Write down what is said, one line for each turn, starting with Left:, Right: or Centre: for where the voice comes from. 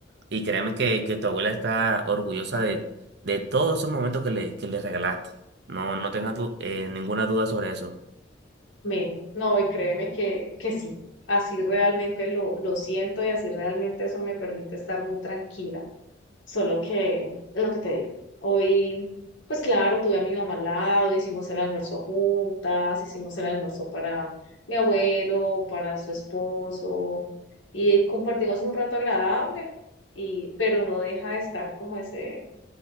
Right: Y créeme que, que tu abuela está orgullosa de todos esos momentos que le, que le regalaste. No, no tengas du- eh, ninguna duda sobre eso.
Left: Men, no, y créeme que, que sí, así realmente lo, lo siento y así realmente eso me permite estar muy tranquila. Solo que, es lo que te digo, hoy, pues claro, tuve a mi mamá al lado, hicimos el almuerzo juntas, hicimos el almuerzo para mi abuelo, para su esposo, y compartimos un rato agradable, y, pero no deja de estar como ese,